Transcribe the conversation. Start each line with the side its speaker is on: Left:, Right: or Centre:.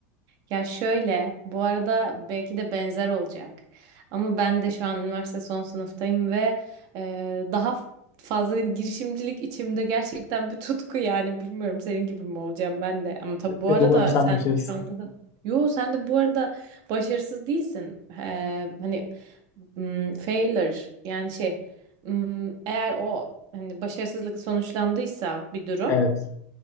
Right: Ya şöyle, bu arada belki de benzer olacak. Ama ben de şu an üniversite son sınıftayım ve e, daha f- fazla hani girişimcilik içimde gerçekten bir tutku yani. Bilmiyorum senin gibi mi olacağım ben de. Ama tabii
Left: Yok
Right: bu
Left: yok
Right: arada
Left: umarım sen
Right: sen
Left: başarırsın.
Right: şu anda da... Yo sen de bu arada başarısız değilsin. Ee, hani mm, failure yani şey mm, eğer o hani başarısızlık sonuçlandıysa bir durum
Left: Evet.